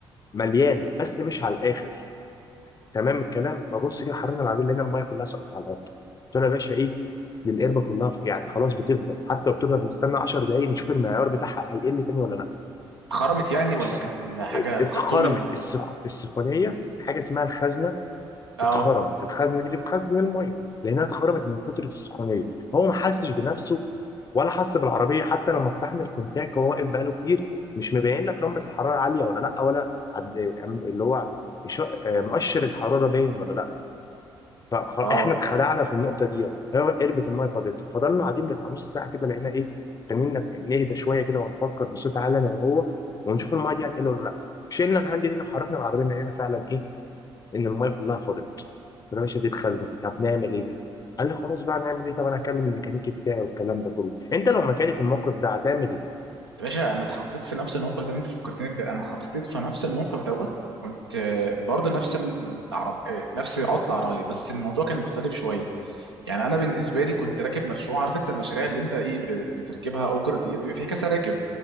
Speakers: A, on the left; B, on the right.
A: مليان بس مش على الاخر تمام الكلام ببص كده حركنا العربيه لقينا الميه كلها سقطت على الارض قلت له يا باشا ايه دي القربه كلها في- يعني خلاص بتفضل حتى لو بتفضل بنستنى 10 دقايق نشوف المعيار بتاعها هيقل تاني ولا لا
B: خرمت يعني ولا
A: بص،
B: كانت الحاجة الخرطوم
A: اتخرمت
B: اللي
A: السخ... السخونيه حاجه اسمها الخزنه
B: اه
A: اتخرم الخزنه دي اللي بتخزن الميه لانها اتخرمت من كتر السخونيه هو ما حسش بنفسه ولا حس بالعربيه حتى لما فتحنا الكونتاك وهو واقف بقاله كتير مش مبين لك لمبه الحراره عاليه ولا لا ولا عد... أم- اللي هو إش- آه، مؤشر الحراره باين ولا لا فاحنا
B: اه
A: اتخدعنا في النقطه دي يعني هو قربت الميه فاضت فضلنا قاعدين بتاع نص ساعه كده لقينا ايه استنينا نهدى شويه كده ونفكر بصوت عالي انا وهو ونشوف الميه دي هتقل ولا لا شلنا الهاند دي وحركنا العربيه لقينا فعلا ايه ان المايه كلها فاضت فانا مش هديت خزنه طب نعمل ايه؟ قال لي خلاص بقى نعمل ايه؟ طب انا هكلم الميكانيكي بتاعي والكلام ده كله انت لو مكاني في الموقف ده هتعمل ايه؟
B: يا باشا انا اتحطيت في نفس الموقف ده انت فكرتني بجد انا اتحطيت في نفس الموقف دوت كنت آه، برضه نفس العرب آه، نفس عطله عربيه بس الموضوع كان مختلف شويه يعني انا بالنسبه لي كنت راكب مشروع عارف انت المشاريع اللي انت ايه ب- ب- بتركبها اوجر ديت بيبقى فيه كذا راكب